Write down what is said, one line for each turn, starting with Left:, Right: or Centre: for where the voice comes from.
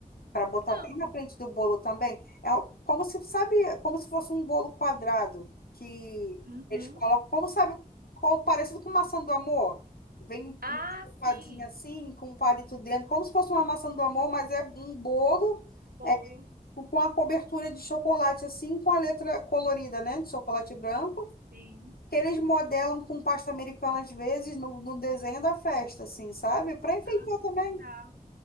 Left: para botar
Right: Não,
Left: bem na frente do bolo também. É o- como se, sabe, como se fosse um bolo quadrado que
Right: Uhum.
Left: eles colocam, como sabe, como, parecido com maçã do amor. Vem
Right: Ah,
Left: empadinha
Right: sim.
Left: assim, com um palito dentro, como se fosse uma maçã do amor, mas é um bolo
Right: Bolo.
Left: é, com a cobertura de chocolate assim, com a letra colorida, né, de chocolate branco.
Right: Sim.
Left: Que eles modelam com pasta americana às vezes no, no desenho da festa, assim, sabe? Para enfeitar
Right: Ah,
Left: também.
Right: tá